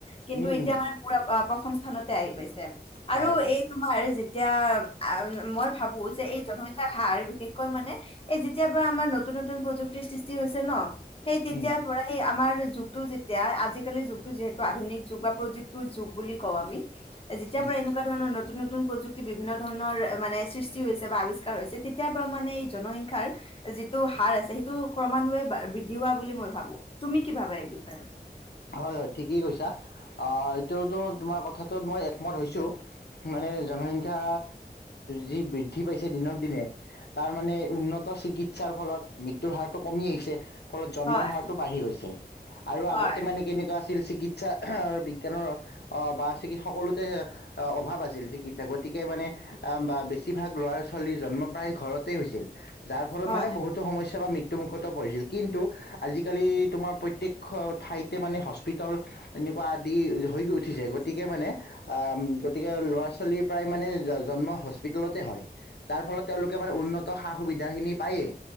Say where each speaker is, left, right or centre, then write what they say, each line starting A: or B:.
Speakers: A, on the left; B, on the left.
A: কিন্তু
B: উম
A: এতিয়া
B: উম
A: মানে পুৰা প্ৰথম স্থানতে আহি গৈছে
B: হয়
A: আৰু
B: হয়
A: এই তোমাৰ এতিয়া মই ভাবো যে এই জনসংখ্যাৰ হাৰ বিশেষকৈ মানে এই যেতিয়াৰ পৰা আমাৰ নতুন নতুন প্ৰযুক্তিৰ সৃষ্টি হৈছে ন সেই
B: উম
A: তেতিয়াৰ পৰা আহি আমাৰ যুগটো যেতিয়া আজিকালিৰ যুগটো যিহেতু আধুনিক যুগ বা প্ৰযুক্তিৰ যুগ বুলি কওঁ আমি যেতিয়াৰ
B: উম
A: পৰা এনেকুৱা ধৰণৰ নতুন নতুন প্ৰযুক্তি বিভিন্ন ধৰণৰ মানে সৃষ্টি হৈছে বা আৱিষ্কাৰ হৈছে তেতিয়াৰ পৰা মাণে এই জনসংখ্যাৰ যিটো হাৰ আছে সেইটো ক্ৰমান্বয়ে বৃদ্ধি হোৱা বুলি মই ভাবো তুমি কি ভাবা এই বিষয়
B: হয় হয় ঠিকেই কৈছা অ এইটোতো তোমাৰ কথাটোত মই একমত হৈছো ম সংখ্যা যি বৃদ্ধি পাইছে দিনক দিনে তাৰ মানে উন্নত চিকিৎসাৰ ফলত মৃত্যুৰ হাৰত কমি আহিছে ফলত জন্মৰ
A: হয়
B: হাৰতটো বাঢ়ি গৈছে আৰু আগতে
A: হয়
B: তেনেকুৱা আছিল চিকিৎসা বিজ্ঞানৰ অ বা চিকৎ সকলোতে অভাৱ আছিল গতিকে মানে অ বা বেছিভাগ ল'ৰা ছোৱালীৰ জন্ম প্ৰায় ঘৰত হৈছিল যাৰ ফলত
A: হয়
B: মানে বহুতো সমস্যা বা ত্যু মুখত পৰিছিল কিন্তু আজিকালি তোমাৰ প্ৰত্যেক্ষ ঠাইতে মানে হস্পিতাল এনেকুৱা আদি হৈ উঠিছে গতিকে মানে আ গতিকে ল'ৰা ছোৱালী প্ৰায় মানে জন্ম হস্পিতেলতে হয় যাৰ ফলত তেওঁলোকে আমাৰ উন্নত সা সুবিধাখিনি পায়েই।